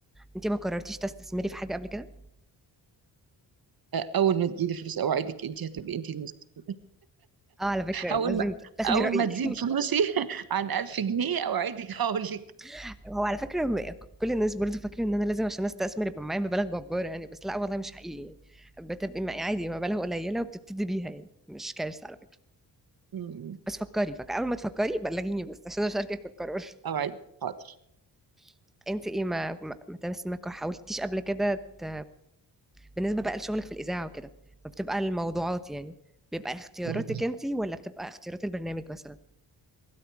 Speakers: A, in the centre; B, on the right (about 55°).
A: انت ما قررتيش تستثمري في حاجه قبل كده
B: آه، اول ما تجيلي فلوس اوعدك انت هتبقي انت المسؤولة
A: اه على فكره
B: اول
A: لازم
B: ما
A: تاخدي
B: اول
A: رايي
B: ما تزيد فلوسي <laughs> عن 1000 جنيه اوعدك هقول لك
A: <laughs> هو على فكره م- كل الناس برضو فاكره ان انا لازم عشان استثمر يبقى معايا مبالغ جباره يعني بس لا والله مش حقيقي يعني بتبقي معايا عادي مبالغ قليله وبتبتدي بيها يعني مش كارثه على فكره
B: مم.
A: بس فكري فك اول ما تفكري بلغيني بس عشان اشاركك في القرار
B: اوعدك حاضر
A: <laughs> انت ايه ما ما ما تمس- ما حاولتيش قبل كده ت... بالنسبه بقى لشغلك في الاذاعه وكده فبتبقى الموضوعات يعني بيبقى اختياراتك
B: مم.
A: انت ولا بتبقى اختيارات البرنامج مثلا